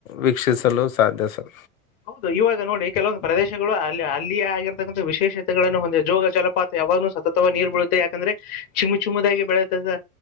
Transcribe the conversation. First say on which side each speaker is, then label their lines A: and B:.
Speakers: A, on the left; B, on the left.
A: ವೀಕ್ಷಿಸಲು ಸಾಧ್ಯ ಸ
B: ಹೌದು ಇವಾಗ ನೋಡಿ ಕೆಲವೊಂದು ಪ್ರದೇಶಗಳು ಅಲ್ಲಿ ಅಲ್ಲಿಯೇ ಆಗಿರತಕ್ಕಂ ವಿಶೇಷತೆಗಳನ್ನು ಹೊಂದಿದೆ ಜೋಗ ಜಲಪಾತ ಯಾವಾಗ್ ಸತತವಾಗಿ ನೀರ್ ಬೀಳುತ್ತೆ ಯಾಕಂದ್ರೆ ಚಿಮು ಚಿಮದಾಗಿ ಬೆಳುತ್ತ